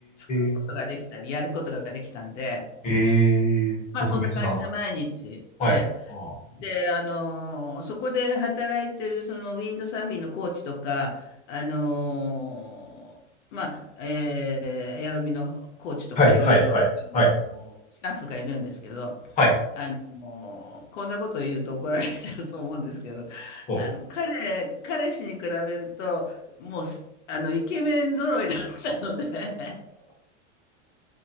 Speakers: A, on the left; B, on the left.
A: ることができたり、
B: え、
A: やることができたんで、
B: へえ、
A: まあそんな感じで毎日、
B: 特別な。はい。
A: ええ
B: あー
A: で、あのそこで働いてるそのウィンドサーフィンのコーチとか、あのまあ、えーエアロビのコーチとかいろいろ、
B: はい、はい、はい、
A: あのスタッフがいるんですけど、
B: はい。はい。
A: あのこんなことを言うと怒られちゃうと思うんですけど、
B: ほう
A: あの、彼、彼氏に比べると、もうす、あの、イケメン揃いだったので、<laughs>